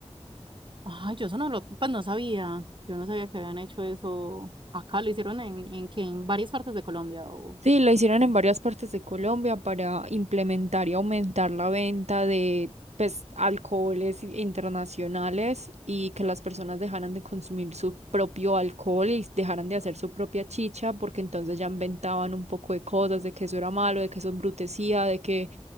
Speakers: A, on the right; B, on the right.
A: Ay, yo eso no lo, pues no sabía. Yo no sabía que habían hecho eso. Acá lo hicieron en, en que en varias partes de Colombia. O, o
B: Sí, lo hicieron en varias partes de Colombia para implementar y aumentar la venta de pues, alcoholes i- internacionales y que las personas dejaran de consumir su propio alcohol y dejaran de hacer su propia chicha, porque entonces ya inventaban un poco de cosas, de que eso era malo, de que eso embrutecía, de que